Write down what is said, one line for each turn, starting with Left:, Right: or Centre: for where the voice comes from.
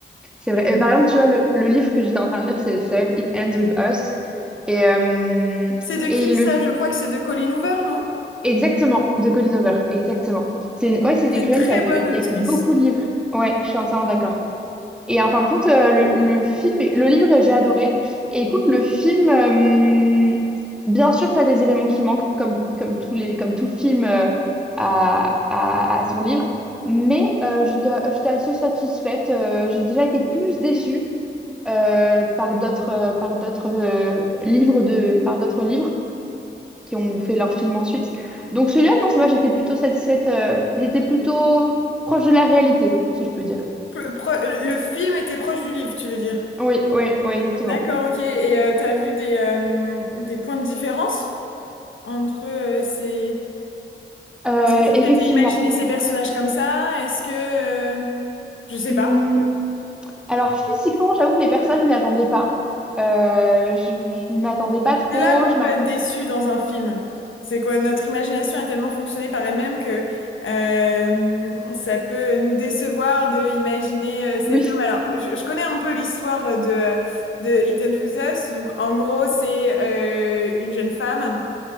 Centre: c'est vrai.
Left: et donc,
Centre: Et par exemple, tu vois, le, le livre que j'étais en train de lire, c'est seul, It Ends With Us. Et, euh,
Left: c'est de qui
Centre: et le...
Left: ça? Je crois que c'est de Colleen Hoover, non?
Centre: Exactement, de Colleen Hoover. Exactement. C'est une... Ouais, c'est une
Left: C'est
Centre: écrivaine
Left: une très
Centre: qui a fait...
Left: bonne autrice.
Centre: qui a écrit beaucoup de livres. Ouais,
Left: Mm.
Centre: je suis entièrement d'accord. Et en fin de compte, euh, le, le film, est- le livre, j'ai adoré. Et écoute, le film, euh, bien sûr, t'as des éléments qui manquent, comme, comme tous les, comme tout film euh, à, à- à son livre. Mais euh, j'étais, j'étais assez satisfaite. Euh, j'ai déjà été plus déçue euh, par d'autres, euh, par d'autres euh, livres de, par d'autres livres qui ont fait leur film ensuite. Donc celui-là, non, ça va, j'étais plutôt satisfaite. euh, il était plutôt proche de la réalité, si je peux dire.
Left: Pro- pro- Le, film était proche du livre, tu veux dire?
Centre: Oui, oui, oui, exactement.
Left: D'accord, ok. Et euh, t'as vu des, euh, des points de différence entre euh, ces...
Centre: Euh,
Left: Est-ce que tu
Centre: effectivement.
Left: t'étais imaginé ces personnages comme ça? Est-ce que... euh, Je sais
Centre: Hmm.
Left: pas.
Centre: Alors physiquement, j'avoue que les personnes je m'y attendais pas. Euh, je ne m'attendais pas trop.
Left: C'est là où on
Centre: Je
Left: peut
Centre: m'attends.
Left: être déçu dans un film. C'est que notre imagination a tellement fonctionné par elle-même que euh, ça peut nous décevoir de imaginer euh, cet
Centre: Oui,
Left: homme. Alors, je, je connais un peu l'histoire de, de Ethan Ends With Us. Donc, en gros, c'est euh, une jeune femme